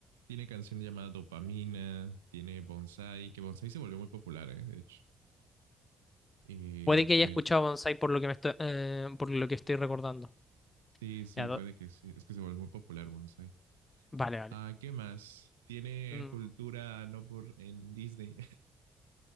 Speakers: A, on the right; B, on the left.
A: Tiene canción llamada Dopamina, tiene Bonsai, que Bonsai se volvió muy popular, eh, de hecho. Eh,
B: Puede que
A: tiene
B: haya escuchado
A: el...
B: Bonsai por lo que me estoy, eh, por lo que estoy recordando.
A: Sí, sí,
B: Ya,
A: puede
B: do-
A: que sí. Es que se volvió muy popular Bonsai.
B: Vale, vale.
A: Ah, ¿qué más? Tiene
B: Mm,
A: cultura no por en Disney. <laughs>